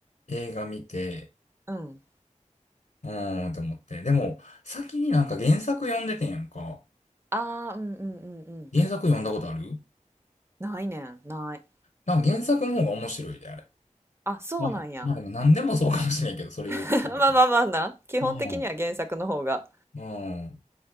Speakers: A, on the left (about 70°); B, on the right (about 20°).
A: 映画見て、
B: うん
A: うーんと思って。でも、先になんか原作読んでてんやんか。
B: ああうんうんうんうん
A: 原作読んだことある
B: ないねん、ない。
A: なんか原作の方が面白いで、あれ。
B: あ、そうなんや。
A: まあ、まあでも何でもそうかもしれんけど、それ言ってる。
B: <laughs> まあまあまあな。基本的には原作の方が。
A: うん、うん。